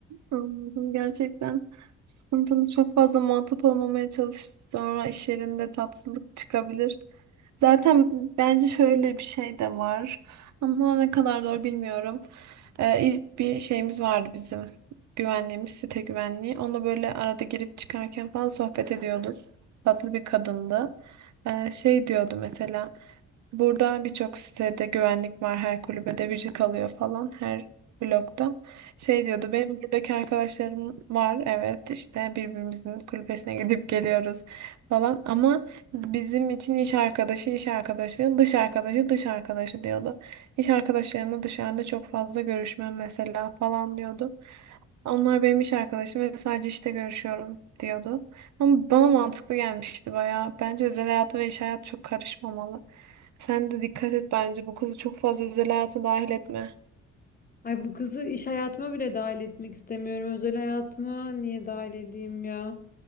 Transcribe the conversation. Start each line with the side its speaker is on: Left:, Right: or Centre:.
Right: Anladım. Gerçekten sıkıntılı çok fazla muhatap olmamaya çalış. Sonra iş yerinde tatsızlık çıkabilir. Zaten bence şöyle bir şey de var. Ama ne kadar doğru bilmiyorum. Ee, ilk bir şeyimiz vardı bizim. Güvenliğimiz, site güvenliği. Onunla böyle arada girip çıkarken falan sohbet ediyorduk. Tatlı bir kadındı. Ee, şey diyordu mesela. Burada birçok sitede güvenlik var. Her kulübede biri kalıyor falan. Her blokta. Şey diyordu benim buradaki arkadaşlarım var evet işte birbirimizin kulübesine gidip geliyoruz falan ama bizim için iş arkadaşı iş arkadaşı dış arkadaşı dış arkadaşı diyordu. İş arkadaşlarımla dışarıda çok fazla görüşmem mesela falan diyordu. Onlar benim iş arkadaşım ve sadece işte görüşüyorum diyordu. Ama bana mantıklı gelmişti bayağı. Bence özel hayatı ve iş hayatı çok karışmamalı. Sen de dikkat et bence bu kızı çok fazla özel hayata dahil etme.
Left: Ay bu kızı iş hayatıma bile dahil etmek istemiyorum. Özel hayatıma niye dahil edeyim ya?